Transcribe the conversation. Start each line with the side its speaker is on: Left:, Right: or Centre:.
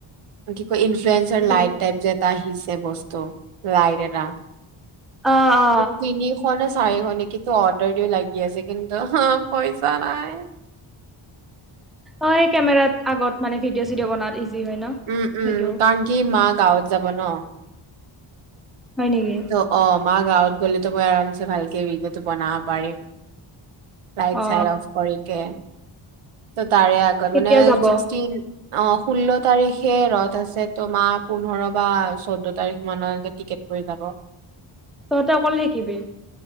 Right: কি কয়। ৰ
Centre: তাকে।
Right: লাইট টাইপ যে ত আহিচে বস্তু, লাইট এটা।
Centre: অ অ
Right: তিনি শ নে চাইিব নেকি তো অৰ্ডাৰ দিও লাগি আছে কিন্তু পইচা নাই।
Centre: অ স কেমেৰাত আগত মানে ভিডিঅ চিডিঅ' বনাত। য হয় ন সেইটো।
Right: উম উম কাৰণ কি মা গাঁৱত যাব ন
Centre: হয় নেকি
Right: ত অমা গাঁৱত গ'লে তো মই আৰমচ ভালকে ভিডিঅটো বনাব পাৰিম। ৰাইট
Centre: অ
Right: চাইড অফ কৰিকে। তাৰে আগত
Centre: কেতিয়া
Right: মানে
Centre: যাব
Right: ছিক্সটিন। অ ষোল্ল তাৰিখে ৰথ আছে তোমাৰ পোন্ধৰ বা চৈধ্য তাৰিখ মানৰ টিকেট। হৈ যাব।
Centre: তহঁতে অকলে শাকিবি।